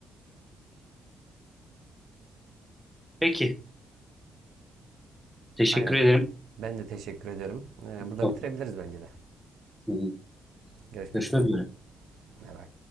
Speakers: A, in the centre; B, on the right.
A: Peki. Teşekkür
B: Aynen.
A: ederim.
B: Ben de teşekkür ederim. Ee, burada
A: Hı,
B: bitirebiliriz bence de.
A: hı.
B: Görüşmek
A: Görüşmek
B: üzere.
A: üzere.
B: Bay bay.